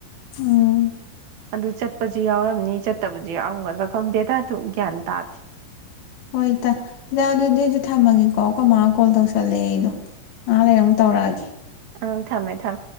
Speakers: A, on the left (about 70°); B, on the right (about 65°).
A: ꯎꯝ
B: ꯑꯗꯨ ꯆꯠꯄꯁꯨ ꯌꯥꯎꯔꯝꯅꯤ ꯆꯠꯇꯕꯁꯨ ꯌꯥꯎꯔꯝꯒꯗ꯭ꯔꯥ ꯈꯪꯗꯦꯗ ꯑꯗꯨ ꯒ꯭ꯌꯥꯟ ꯇꯥ
A: ꯍꯣꯏ ꯏꯇꯥ ꯗꯥ ꯑꯗꯨꯗꯤ ꯊꯝꯃꯒꯦꯀꯣ ꯑꯈꯣꯏꯃꯥ ꯀꯣꯜ ꯇꯧꯁꯜꯂꯛꯑꯦ ꯑꯩꯗꯣ ꯉꯥꯍꯛ ꯂꯩꯔꯑ ꯃꯨꯛ ꯇꯧꯔꯛꯑꯒꯦ
B: ꯑꯧ ꯊꯝꯃꯦ ꯊꯝ